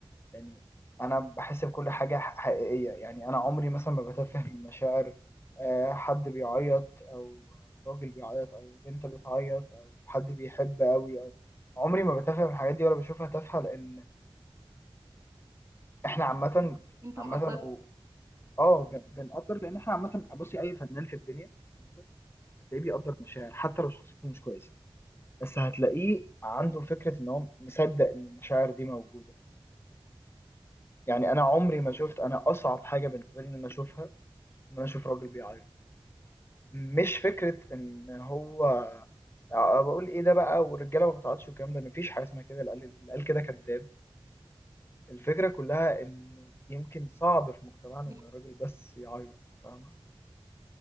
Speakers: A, on the left; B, on the right.
A: يعني أنا بحس بكل حاجة حقيقية يعني أنا عمري مثلا ما بتفه من مشاعر آه، حد بيعيط أو راجل بيعيط أو بنت بتعيط أو حد بيحب أوي أو عمري ما بتفه من الحاجات دي ولا بشوفها تافهة لأن إحنا عامة
B: انت
A: عامة
B: مقدر
A: اه بن- بنقدر لان احنا عامه بصي اي فنان في الدنيا عامه هتلاقيه بيقدر مشاعر حتى لو شخصيته مش كويسه بس هتلاقيه عنده فكره ان هو مصدق ان المشاعر دي موجوده يعني انا عمري ما شفت انا اصعب حاجه بالنسبه لي ان انا اشوفها ان انا اشوف راجل بيعيط مش فكره ان هو أه بقول ايه ده بقى والرجاله ما بتعيطش والكلام ده مفيش حاجه اسمها كده اللي قال اللي قال كده كذاب الفكره كلها انه يمكن صعب في مجتمعنا
B: دي
A: ان
B: حاجة.
A: الراجل بس يعيط فاهمه